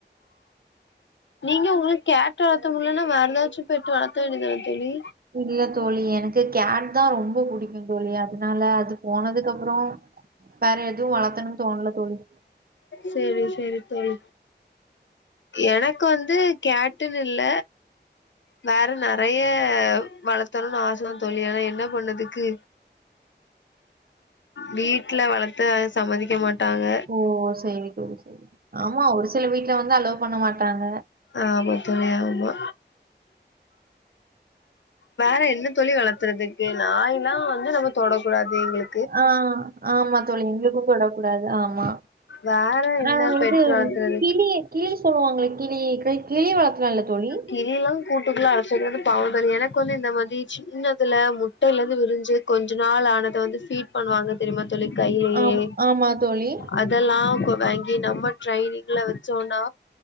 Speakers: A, on the left (about 85°); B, on the right (about 55°).
A: நீங்க உங்களுக்கு கேட்டு வளத்த முட்லன்னா வேறதாச்சு பெட்டு வளத்த வேண்டிதானே தோழி
B: இல்ல தோழி எனக்கு கேட் தா ரொம்ப புடிக்கு தோழி அதுனால அது போனதுக்கப்றோ வேற எதுவு வளத்தனுன் தோனல தோழி
A: சேரி சேரி தோழி எனக்கு வந்து கேட்டுன் இல்ல வேற நறைய வளத்தனுன் ஆச தா தோழி ஆனா என்ன பண்ணதுக்கு வீட்ல வளத்த சம்மதிக்க மாட்டாங்க
B: ஓ சேரி சேரி ஆமா ஒரு சில வீட்ல வந்து அலோவ் பண்ண மாட்டாங்க
A: ஆமா தோழி ஆமா வேற என்ன தோழி வளத்துறதுக்கு நாய்லா வந்து நம்ம தொடக்கூடாது எங்ளு
B: ஆ ஆமா தோழி எங்ளுக்கு தொட கூடாது ஆமா
A: வேற என்ன
B: ஆ
A: பெட்
B: இது
A: வளத்துறதுக்கு
B: கிளி கிளி சொல்வாங்ள கிளி க் கிளி வளத்லால்ல தோழி
A: கிளிலா கூட்டுக்குள்ள அடச்சது வந்து பாவோ தரு எனக்கு வந்து இந்த மாதி சின்னதுல முட்டைலந்து விரிஞ்சு கொஞ்ச நாள் ஆனத வந்து ஃபீட் பண்ணுவாங்க தெரிமா தோழி கைலயே
B: ஆம் ஆமா தோழி.
A: அ தெல்லா கொ வாங்கி நம்ம ட்ரைனிங்ல வச்சோனா